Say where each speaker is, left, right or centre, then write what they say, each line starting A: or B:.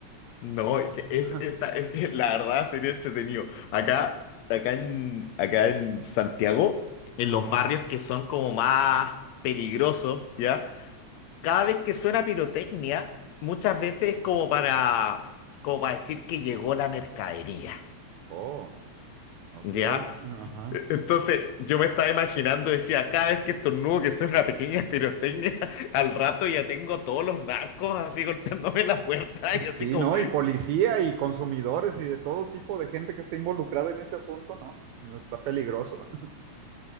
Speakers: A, on the left; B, on the right.
A: No, es que,
B: <laughs>
A: es, esta, es que la verdad sería entretenido. Acá, acá en, acá en Santiago, en
B: Ajá.
A: los barrios que son como más peligrosos, ¿ya? cada vez que suena pirotecnia, muchas veces es como para, como para decir que llegó la mercadería,
B: Oh, ok.
A: ¿ya?
B: Ajá.
A: E- Entonces yo me estaba imaginando, decía, cada vez que estornudo que suena una pequeña pirotecnia, <laughs> al rato ya tengo todos los narcos así golpeándome la puerta
B: Pues
A: y
B: Sí,
A: así como,
B: ¿no? Y policía y consumidores y de todo tipo de gente que esté involucrada en ese asunto, ¿no? No está peligroso.